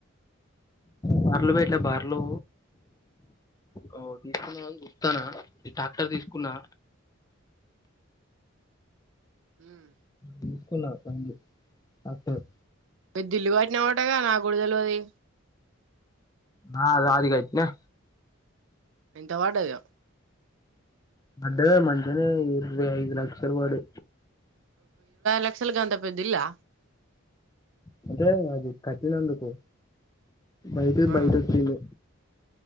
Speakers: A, on the left (about 15°); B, on the right (about 60°).
A: బార్లు పేట్లే బార్లు ఓ తీసుకున్నావానీ చప్తానా ఈ ట్రాక్టర్ తీసుకున్నా
B: ఉమ్.
A: తీసుకున్న బండ్లు ట్రాక్టర్
B: మీరు ఢిల్లీ వాటిని అవటగా నా కూడా తెలవది
A: నా అది అదిగాయితనా
B: ఎంత పడ్డది
A: అడ్డగా మంచిగానే ఇరవై ఐదు లక్షలు పడి
B: లక్షలగంథ పెద్దా ఇల్లా
A: అంటే అది కఠినందుకు బయటివి
B: ఆ
A: బయట వచ్చినే